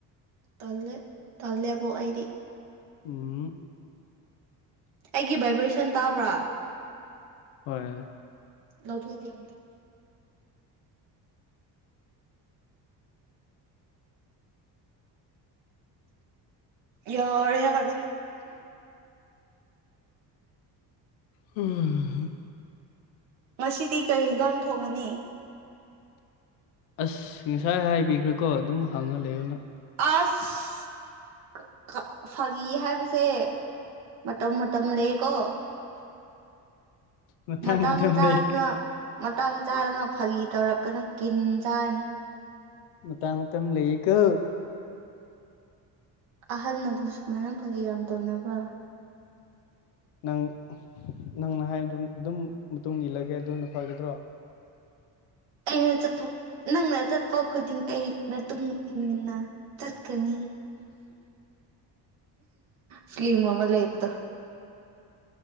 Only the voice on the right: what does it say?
ꯇꯜꯦ ꯇꯜꯦꯕꯣ ꯑꯩꯗꯤ
ꯑꯩꯒꯤ ꯚꯥꯏꯕ꯭ꯔꯦꯁꯟ ꯇꯥꯕ꯭ꯔꯥ
ꯂꯧꯊꯗꯤ ꯑꯗ ꯌꯥꯔ ꯌꯥꯔꯦ
ꯉꯁꯤꯗꯤ ꯀꯩ ꯌꯦꯟꯁꯥꯡ ꯊꯣꯡꯒꯅꯤ
ꯑꯁ ꯐꯥꯒꯤ ꯍꯥꯏꯕꯁꯦ ꯃꯇꯝ ꯃꯇꯝ ꯂꯩꯌ‌ꯦꯀꯣ
ꯃꯇꯥꯡ
ꯆꯥꯗꯅ
ꯃꯇꯥꯡ ꯆꯥꯗꯅ ꯐꯥꯒꯤ ꯇꯧꯔꯛꯀꯅꯨ ꯀꯤꯟ ꯆꯥꯅꯤ
ꯑꯍꯟꯅꯕꯨ ꯁꯨꯃꯥꯏꯅ ꯐꯒꯤ ꯌꯥꯝ ꯇꯧꯅꯕ꯭ꯔꯥ
ꯑꯩꯅ ꯆꯠꯄ ꯅꯪꯅ ꯆꯠꯄ ꯈꯨꯗꯤꯡ ꯑꯩ ꯅꯇꯨꯡ ꯏꯟꯗꯨꯅ ꯆꯠꯀꯅꯤ ꯐ꯭ꯂꯤꯝ ꯑꯃ ꯂꯩꯕꯗꯣ